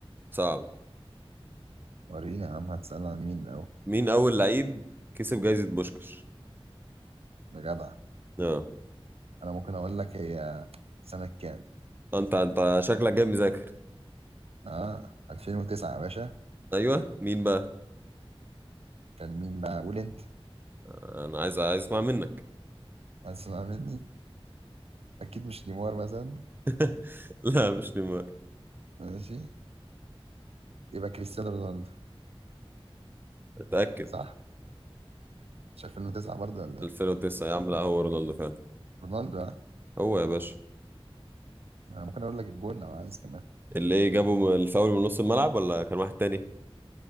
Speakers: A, on the right; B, on the right.
A: صعب
B: وريني يا عم هتسال عن مين الاول
A: مين اول لعيب كسب جائزة بوشكش
B: يا جدع
A: اه
B: انا ممكن اقول لك هي سنه كام
A: انت انت شكلك جاي مذاكر
B: اه 2009 يا باشا
A: ايوه مين بقى
B: كان مين بقى قول انت
A: انا عايز عايز اسمع منك
B: اسمع مني اكيد مش نيمار مثلا
A: <laughs> لا مش نيمار
B: ماشي يبقى كريستيانو رونالدو
A: اتاكد
B: صح مش 2009 برضه ولا
A: 2009
B: ايه
A: يا عم لا هو رونالدو فعلا
B: رونالدو اه
A: هو يا باشا
B: انا ممكن اقول لك الجول لو عايز كمان
A: اللي إيه جابه من الفاول من نص الملعب ولا كان واحد تاني